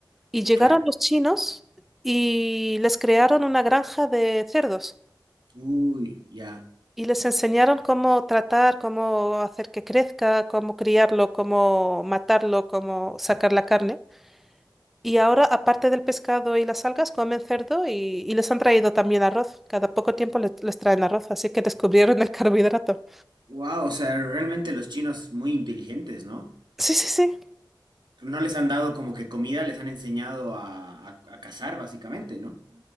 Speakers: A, in the centre; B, on the right.
A: Y llegaron
B: claro.
A: los chinos y les crearon una granja de cerdos
B: Uy, ya.
A: y les enseñaron cómo tratar, cómo hacer que crezca, cómo criarlo, cómo matarlo, cómo sacar la carne. Y ahora, aparte del pescado y las algas, comen cerdo y, y les han traído también arroz. Cada poco tiempo le- les, traen arroz, así que descubrieron el <laughs> carbohidrato.
B: Wow, o sea, realmente los chinos muy inteligentes, ¿no?
A: Sí, sí, sí.
B: No les han dado como que comida, les han enseñado a, a- a cazar, básicamente, ¿no?